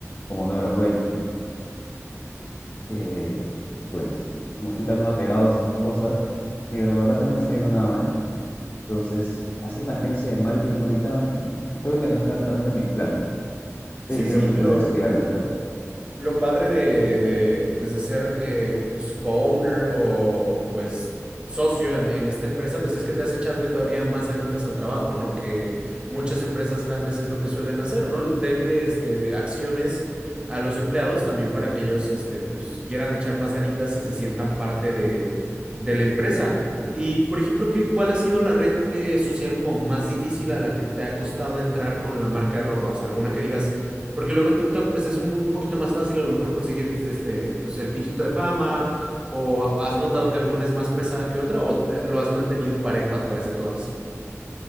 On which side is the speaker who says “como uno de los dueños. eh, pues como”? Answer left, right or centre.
Left